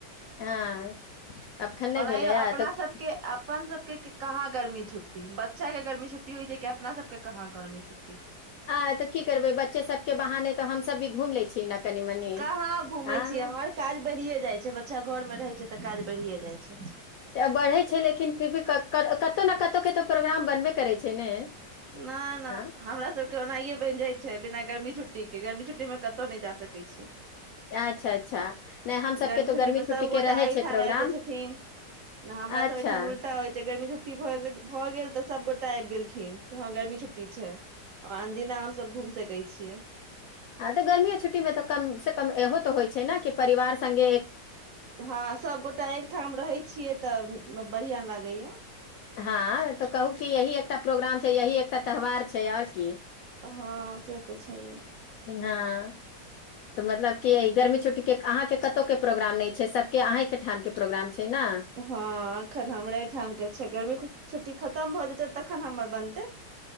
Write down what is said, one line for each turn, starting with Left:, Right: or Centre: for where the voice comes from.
Left: हँ अखन नहि
Right: ओनाहिंयौ
Left: भेलैए
Right: अपना
Left: तऽ
Right: सबके अपन सब कीक-कहाँ गर्मी छुट्टी बच्चा के गर्मी छुट्टी होइ छै कि अपना सबके कहाँ गर्मी छुट्टी
Left: आ तऽ की करबै बच्चे सब के बहाने तऽ हमस भी घूम लै छी ने कनि मनी
Right: कहाँ घूमेै
Left: हँ
Right: छियै हम हमर काज बढ़ियै जाइ छै बच्चा घर मे रहै छै तऽ काज बढ़ियै जाइ छै
Left: आ बढ़ै छै लेकिन फिर भी कत ने कतहु कतहुके प्रोग्राम बनबे करै छै ने
Right: न ना
Left: हाँ,
Right: हमरा सबके ओनाहिंए बनि जाइ छै बिना गर्मी छुट्टी के गर्मी छुट्टी मे कतहु नहि जा सकै छी
Left: अच्छा अच्छा नहि हम सबके
Right: गर्मी
Left: तो
Right: छुट्टी मे सब गोटा
Left: के रहै
Right: एहिठाम
Left: छै प्रोग्राम
Right: मे आबि जाय छथिन हमरा
Left: अच्छा
Right: सब एहिठाम उल्टा होइ छै गर्मी छुट्टी छुट्टी भगेल भऽ गेल तऽ सभगोटा आबि गेलखिन की हँ गर्मी छुट्टी छै आओर अनदिना हम सब घूम सकै छियै
Left: हाँ तऽ गर्मीयो छुट्टी मे तऽ कम से कम इहो तऽ होइत छै न की परिवार सङ्गे
Right: हँ सभगोटा एकठाम रहै छियै तऽ बढ़ियाँ लागै या
Left: हँ तऽ कहू कि यही एकटा प्रोग्राम यही एकटा त्यौहार छै आओर की
Right: हँ से तऽ छै
Left: हाँ त मतलब के गर्मी छुट्टी के अहाँ के कतौके प्रोग्राम नहि छै सब के अहेंके ठाम के प्रोग्राम छै ने
Right: हँ अखन हमरा ऐठाम के छै गर्मी छुट्टी खतम भऽ जेतै तखन हमर बनतै